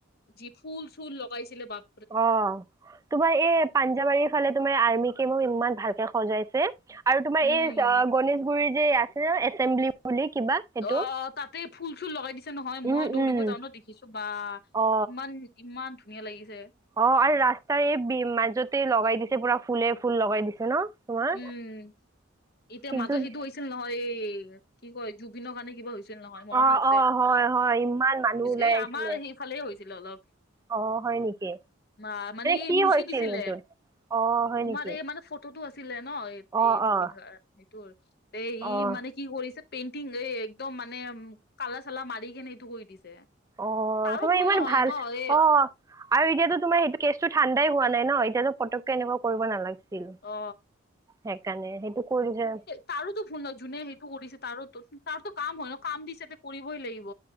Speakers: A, on the left (about 50°); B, on the right (about 15°).
A: যি ফুল‌ চুল লগাইছিলে বাপ।
B: অহ তোমাৰ এই পাঞ্জাৱাৰী। ফালে তোমাৰ আৰ্মি কেম্পৰ ইমান ভালকে সজাইছে আৰু তোমাৰ
A: উম
B: এই অ গণেশ গুৰিত। যে আছে নহয় এচেম্বলি বুলি কিবা। সেইটো
A: অহ তাতে ফুল-চুল লগাই দিছে নহয়
B: উম
A: মই
B: উম
A: দৌৰিব যাওঁ ন দেখিছো বা,
B: অ
A: ইমান। ইমান ধুনীয়া লাগিছে।
B: অ আৰু ৰাস্তাৰে এই বি মাজতে লগাই দিছে পুৰা ফুলে ফুল লগাই দিছে ন। তোমাৰ
A: উম, এতিয়া
B: কিন্তু
A: মাজত সেইটো হৈছিল নহয়, এই কি কয় জুবিনৰ কাৰণে কিবা হৈছি কৰিছিল নহয় মনত
B: অঁ
A: আছে,
B: অঁ হয় হয় ইমান মানুহ ওলাই
A: এই
B: আহিছিলে
A: আমাৰ সেইফালে হৈছিলে অলপ।
B: অঁ হয় নেকি
A: মা মানে এই
B: কি
A: মুচি
B: হৈছিল
A: দিছিলে,
B: সেইটোত অঁ হয়
A: তোমাৰ
B: নেকি
A: এই মানে ফটো টো আছিলে ন এই
B: অঁ
A: এই জুবিন
B: অঁ
A: গাৰ্গৰ এইটো এই-
B: অঁ
A: কি কৰিছে পেইণ্টিং এই একদম মানে উম কালা চালা মাৰি কেনে এইটো কৰি দিছে।
B: অ
A: তাৰো
B: তোমাৰ
A: ভুল
B: ইমান
A: নহয়
B: ভাল,
A: ন এই
B: অ। আৰু এতিয়াতো তোমাৰ সেইটো কেছটো ঠাণ্ডাই হোৱা নাই ন এয়াতো পটক কে তেনেকুৱা কৰিব নালাগিছিলে,
A: অ
B: সেইকাৰণে সেইটো কৰিলে।
A: তাৰতো ভুল নহ যোনে সেইটো কৰিছে তাৰো তু তাৰতো কাম হয় ন কাম দিছে ত কৰিবই লাগিব।